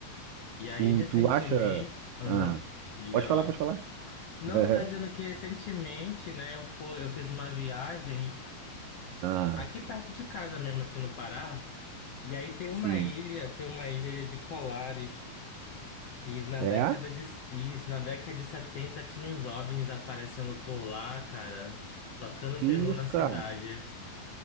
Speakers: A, on the left; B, on the right.
A: E aí,
B: Tu,
A: recentemente.
B: tu acha.
A: Aham,
B: Ah,
A: diga
B: pode falar,
A: lá.
B: pode falar.
A: Não,
B: <laughs>
A: tá dizendo que recentemente, né, eu fui, eu fiz uma viagem
B: Ah,
A: aqui perto de casa mesmo, aqui no Pará. E aí tem uma
B: sim.
A: ilha, tem uma ilha de Colares, que na
B: É?
A: década de, isso, na década de 70 tinha uns OVNIs aparecendo por lá, cara, tocando
B: Que
A: terror
B: isso,
A: na cidade.
B: cara?